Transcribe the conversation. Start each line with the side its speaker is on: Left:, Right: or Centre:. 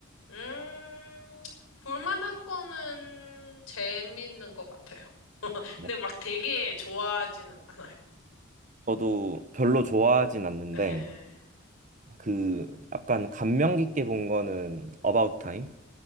Left: 음, 볼만한 거는 재밌는 것 같아요.
Right: 뭐,
Left: 근데 막 되게 좋아하지는 않아요.
Right: 저도 별로 좋아하진 않는데
Left: 예.
Right: 그 약간 감명 깊게 본 거는 About Time?